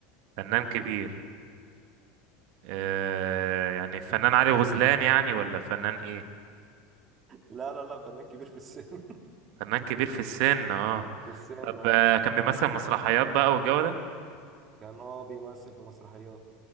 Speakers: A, on the right; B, on the right.
A: فنان كبير آه يعني فنان علي غزلان يعني ولا فنان ايه
B: لا لا لا فنان كبير في السن <laughs>
A: فنان كبير في السن اه
B: في السن
A: طب
B: اه
A: آه، كان بيمثل مسرحيات بقى والجو ده
B: كان هو بيمثل في مسرحيات